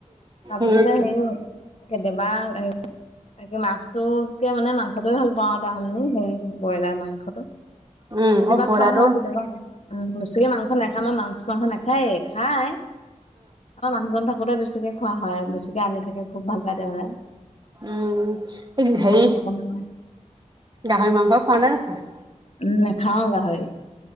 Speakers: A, on the left; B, on the right.
A: তাৰ পিছতে
B: উম
A: হেৰি কেতিয়াবা। <unintelligible> তাকে মাছটোতকে মানে মাংসটোয়ে ভাল পাওঁ আৰু তাহল সেই ব্ৰইলাৰ মাংসটো।
B: উম
A: কেতিয়াবা
B: অ' বৰাটো
A: খোৱা কেতিয়াবা। উম বেছিকে মাংস নাখাম ন মাংস মাংস নাখায় খাই অ মানুহজন থাকো। আগতে বেছিকে খোৱা হয় বেছিকে আনি থাকে খুব ভাল পায় তেওঁৰাই।
B: উম সেই
A: এনে আমি বৰকে নাখাওঁ।
B: গাহৰি মাংস খোৱা নে নোখোৱা।
A: উম খাওঁ গাহৰি।